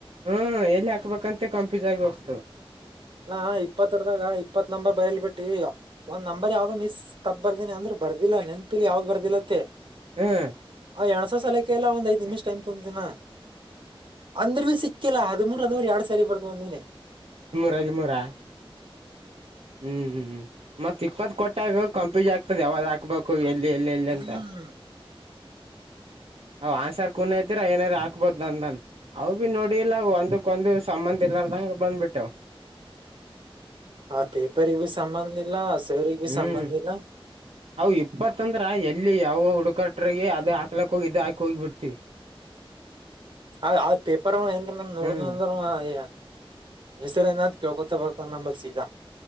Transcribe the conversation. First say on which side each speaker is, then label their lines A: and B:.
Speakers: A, on the right; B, on the right.
A: ಹ್ಮ್ ಎಲ್ಲಿ ಹಾಕ್ಬೇಕಂತ ಕಂಪ್ಯೂಸ್ ಆಗಿ ಹೋಗ್ತವಾ.
B: ನಾ ಇಪ್ಪತ್ತರ್ದಾಗ ಇಪ್ಪತ್ ನಂಬರ್ ಬಯಿಲ್ ಬಿಟ್ಟಿ ಈ ಒಂದ್ ನಂಬರ್ ಯಾವ್ದೋ ಮಿಸ್ ತಪ್ ಬರ್ದಿನಿ ಅಂದ್ರ ಬರ್ದಿಲ್ಲ ನೆನ್ಪಿಲಿ ಯಾವ್ದ್ ಬರ್ದಿಲ್ಲತ್ತೇ.
A: ಹ್ಮ್.
B: ಆ ಎಣಸ ಸಲಕಕ್ಕೆಲ್ಲ ಒಂದ್ ಐದು ನಿಮಷ ಟೈಮ್ ತೋಂತಿನ ನಾ. ಅಂದ್ರ ಬಿ ಸಿಕ್ಕಿಲ್ಲ ಹಾಡಿಮುರ ಅದವರಿ ಎರಡ್ ಸರಿ ಬರದ ಬಂದೇನಿ.
A: ಹಾಡಿಮುರಾ. ಹ್ಮ್ ಹ್ಮ್ ಮತ್ತ ಇಪ್ಪತ್ ಕೊಟ್ಟಗ ಕನ್ಫ್ಯೂಸ್ ಆಗ್ತುದು ಯಾವಾಗ ಹಾಕ್ಬೇಕ ಎಲ್ಲಿ ಎಲ್ಲಿ ಎಲ್ಲಿ
B: ಹ್ಮ್
A: ಅಂತ ಹಾ ಆನ್ಸರ್ ಕುನ ಇದ್ದೀರ ಏನಾರ ಹಾಕ್ಬೇಕ ಹಾಕ್ಬೋದ ಅಂದನ್ ಅವವು ಭಿ ನೋಡಿ ಇಲ್ಲ ಒಂದಕ್ಕ ಒಂದು ಸಂಮ್ಮಂದ ಇಲ್ಲಾರದಂಗಗೆ ಬಂದ್ಬಿಟ್ಟ್ವ.
B: ಆ ಪೇಪರ್ ಇಗೂ ಸಂಬದ ಇಲ್ಲ. ಸರಿಗ್ ಬಿ
A: ಹ್ಮ್
B: ಸಂಬಂಧ ಇಲ್ಲ
A: ಅವು ಇಪ್ಪತ್ತಂದ್ರ ಎಲ್ಲಿ ಯಾವ ಹುಡುಕಟ್ರಗೆ ಅದ ಹಾಕ್ಲಕ್ಕ ಹೋಗಿ ಇದು ಹಾಕಿ ಹೋಗಿ ಬಿಡ್ತಿವಿ.
B: ಆ ಆ ಪೇಪರ್ ಅವ ಏನ್ರ ನಮ್ಮೂವ ನೋಡ್ದಂದ್ರ
A: ಹ್ಮ್
B: ಏ ಹೆಸರ ಏನ ಅದ ಕೇಳ್ಕೊತ ಬರ್ತಾನ ನಂಬಲ್ಲಿ ಸೀದಾ.